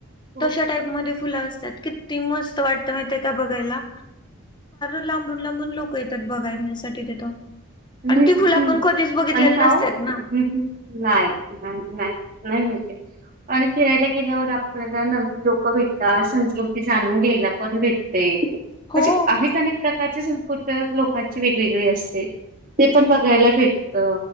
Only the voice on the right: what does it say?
हो.
हम्
हम्
आणि काय
नाही नाही नाही मिळ आणि फिरायला गेल्यावर आपल्याला नवीन लोक भेटतात संस्कृती जाणून घ्यायला पण भेटते म्हणजे
अनेक अनेक प्रकारची संस्कृती लोकांची वेगवेगळी असते ते पण बघायला भेटत